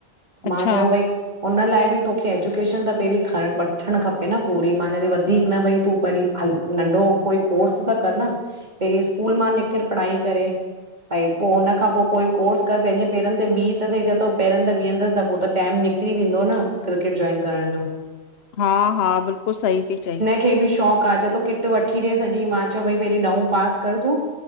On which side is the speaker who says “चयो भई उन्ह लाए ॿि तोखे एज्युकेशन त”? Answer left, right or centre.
Right